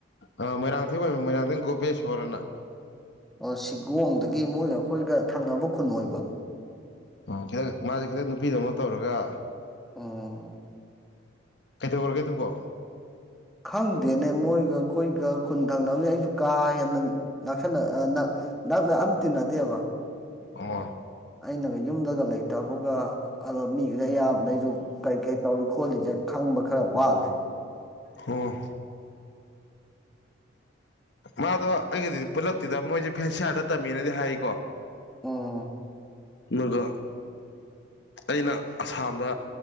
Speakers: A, on the left; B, in the centre.
A: ꯑ ꯃꯣꯏꯔꯥꯡꯊꯦꯝ ꯑꯣꯏꯕ ꯃꯣꯏꯔꯥꯡꯊꯦꯝ ꯒꯣꯄꯦꯁ꯭ꯋꯣꯔꯅ
B: ꯑꯣ ꯁꯤꯒꯣꯡꯗꯒꯤ ꯃꯣꯏꯒ ꯑꯩꯈꯣꯏꯒ ꯊꯪꯅꯕ ꯈꯨꯟ ꯑꯣꯏꯕ
A: ꯑꯣ ꯈꯦꯠꯅꯩ ꯃꯥꯗꯤ ꯈꯔ ꯅꯨꯄꯤꯗꯧꯅ ꯇꯧꯔꯒ
B: <unintelligible>
A: ꯀꯩꯗꯧꯔꯒꯦ ꯑꯗꯨꯕꯣ
B: ꯈꯪꯗꯦꯅꯦ ꯃꯣꯏꯒ ꯑꯩꯈꯣꯏꯒ ꯈꯨꯟ ꯊꯪꯅꯕꯅꯤꯅ ꯑꯩꯁꯨ ꯀꯥ ꯍꯦꯟꯅ ꯅꯛꯁꯟꯅ ꯑ ꯅꯛ ꯅꯛꯅ ꯑꯝ ꯇꯤꯟꯅꯗꯦꯕ
A: ꯑꯣ
B: ꯑꯩꯅꯒ ꯌꯨꯝꯗꯒ ꯂꯩꯇꯕꯒ ꯑꯗꯣ ꯃꯤꯒꯖꯦ ꯑꯌꯥꯝꯕꯅ ꯑꯩꯖꯨ ꯀꯩꯀꯩ ꯇꯧꯔꯤ ꯈꯣꯠꯂꯤꯖꯦ ꯈꯪ ꯈꯪꯕ ꯈꯔ ꯋꯥꯠꯂꯦ
A: ꯍꯝ ꯃꯥꯗꯣ ꯑꯩꯒꯗꯤ ꯄꯨꯜꯂꯛꯇꯦꯗ ꯃꯣꯏꯖꯦ ꯐꯦꯟꯁꯤꯌꯥꯔꯗ ꯇꯝꯃꯦꯅꯗꯤ ꯍꯥꯏꯀꯣ
B: ꯎꯝ
A: ꯃꯣꯏꯒ
B: <inaudible>
A: ꯑꯩꯅ ꯑꯁꯥꯝꯗ